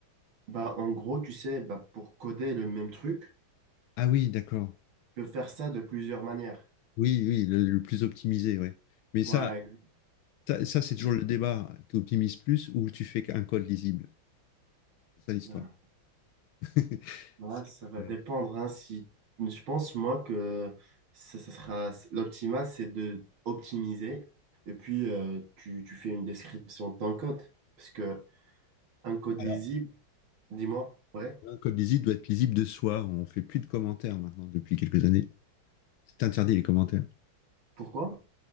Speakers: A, on the right; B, on the left.
A: bah, en gros, tu sais, bah, pour coder le même truc,
B: Ah oui, d'accord.
A: tu peux faire ça de plusieurs manières.
B: Oui, oui, le, le plus optimisé, ouais. Mais
A: Voilà,
B: ça,
A: ex-
B: ça, ça, c'est toujours le débat. Tu optimises plus ou tu fais un code lisible? C'est ça l'histoire.
A: bah,
B: <laughs>
A: bah,
B: C'est
A: ça
B: que-
A: va
B: euh,
A: dépendre. hein, si... Je pense, moi, que ça, ça sera... l'optimal, c'est de optimiser et puis euh, tu, tu fais une description de ton code. Parce que un code
B: Alors,
A: lisible, dis-moi, ouais,
B: un code lisible doit être lisible de soi. On fait plus de commentaires maintenant depuis quelques années. C'est interdit les commentaires.
A: pourquoi?